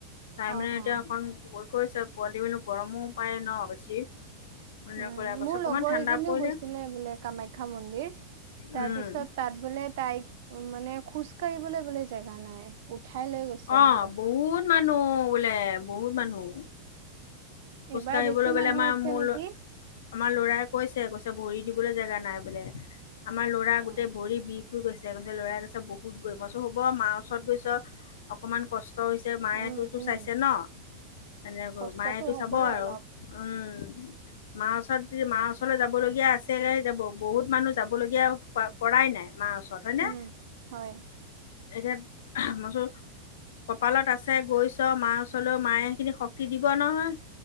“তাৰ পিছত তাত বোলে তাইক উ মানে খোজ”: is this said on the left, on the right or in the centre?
Right